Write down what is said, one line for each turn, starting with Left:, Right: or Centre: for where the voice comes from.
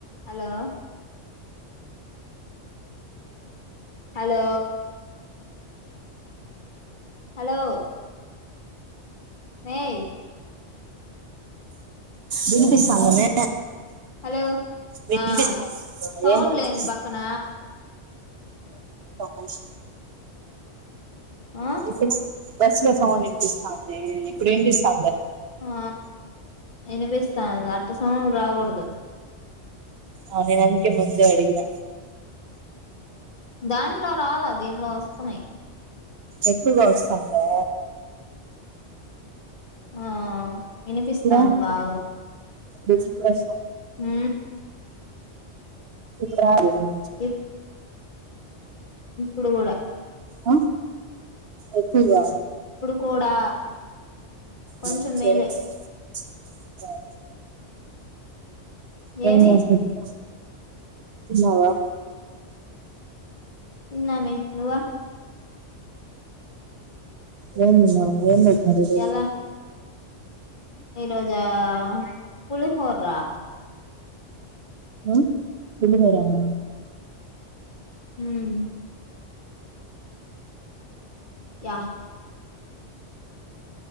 Left: Hello hello hello మేయ్
Right: వినిపిస్తాంద మే
Left: హలో
Right: వింటే
Left: ఆ
Right: చాలు మరి
Left: సౌండ్
Right: ఎం
Left: లేంది
Right: చేస్తా
Left: పక్కన
Right: బస్
Left: ఆ
Right: ఇప్పు బస్సు లో సౌండ్ వినిపిస్తాందే ఇప్పుడు వినిపిస్తా
Left: ఆ వినిపిస్తాంది అట్ట సౌండ్ రాకూడదు.
Right: ఆ నేను అందుకే ముందే అడిగిన.
Left: దాంట్లో రాలా దీనిలో వస్తున్నయి.
Right: ఎక్కువగా వస్తాందా.
Left: ఆ ఇనిపిస్తాంది
Right: ఇప్పుడా
Left: బాగా.
Right: ఇప్పుడు చ ప్రశ
Left: హ్
Right: ఇప్పుడు రాలేదు.
Left: ఇప్ ఇప్పుడు కూడా
Right: ఆ ఎక్కువగా
Left: ఇప్పుడు కూడా కొంచెం
Right: నేనేం చేయను
Left: మేలే
Right: చెప్పు ఆ ఎయిర్
Left: ఏమి
Right: ఫోన్స్ పెట్టినాను తిన్నావా.
Left: తిన్నామే నువ్వు.
Right: ఏంతిన్నావు ఏంపెట్టినారు ఈ రోజు.
Left: ఎలా ఈరోజా పులిహోరా.
Right: ఆ పులిహోరానా.
Left: హ్మ్ యా